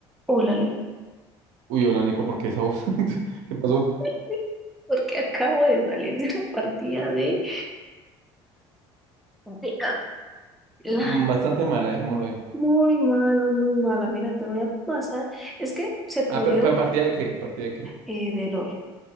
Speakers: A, in the centre; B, on the right.
A: Hola, Leo.
B: Uy, hola Nico, ¿por qué esa voz? <laughs> ¿Qué pasó?
A: <laughs> Porque acabo de salir de una partida de, de caca. La-
B: Mm, Bastante mala, dejémoslo ahí.
A: muy mala, muy mala. Mira, te voy a pasar. Es que se pudrió
B: Ah, pero, pero ¿partida de qué? ¿Partida de qué?
A: eh, de LOL.